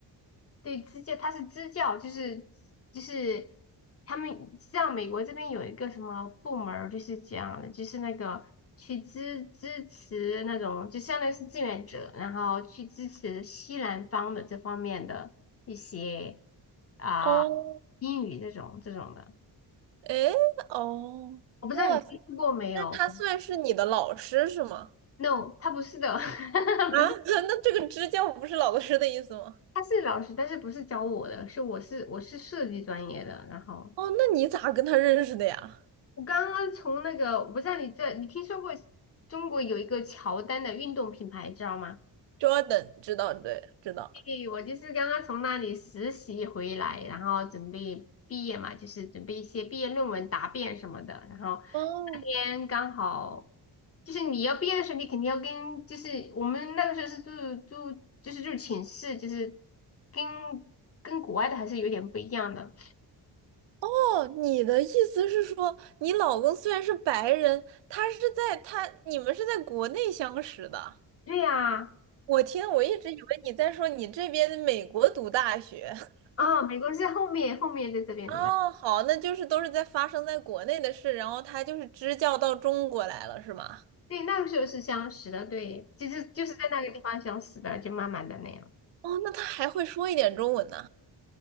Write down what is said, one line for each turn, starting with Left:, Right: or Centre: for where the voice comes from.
Left: 对支教，他是支教，就是就是他们像美国这边有一个什么部门儿，就是这样的，就是那个去支支持那种，就相当于是志愿者，然后去支持西南方的这方面的一些。啊、
Right: 哦，
Left: 英语这种这种的，
Right: 诶，哦，
Left: 我不知道你听说过没有
Right: 哇塞那他算是你的老师是吗？
Left: ？No，他不是的，<laughs>
Right: 啊，
Left: 不是，
Right: <laughs> 那这个支教不是老师的意思吗？
Left: 他是老师，但是不是教我的，是我是我是设计专业的。然后
Right: 哦，那你咋跟他认识的呀
Left: 我刚刚从那个，我不知道你在你听说过中国有一个乔丹的运动品牌，知道吗？
Right: ？Jordan 知道，对，知道。
Left: 对，我就是刚刚从那里实习回来，然后准备毕业嘛，就是准备一些毕业论文答辩什么的。然后
Right: 哦
Left: 那天刚好，就是你要毕业的时候，你肯定要跟，就是我们那个时候是住住，就是住寝室，就是跟跟国外的还是有点不一样的。
Right: 哦，你的意思是说，你老公虽然是白人，他是在他你们是在国内相识的。
Left: 对呀，
Right: 我听我一直以为你在说你这边美国读大学。<laughs>
Left: 啊，美国是后面后面在这边的啦。
Right: 哦，好，那就是都是在发生在国内的事，然后他就是支教到中国来了，是吗？
Left: 对，那个时候是相识的，对，就是就是在那个地方相识的，就慢慢的那样。
Right: 哦，那他还会说一点中文呢，